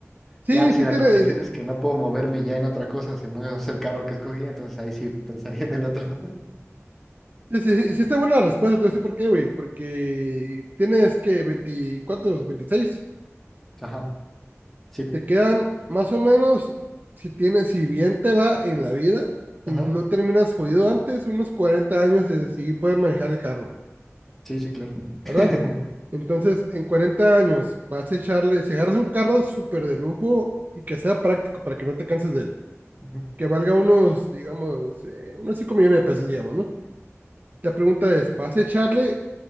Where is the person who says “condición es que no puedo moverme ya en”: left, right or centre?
Centre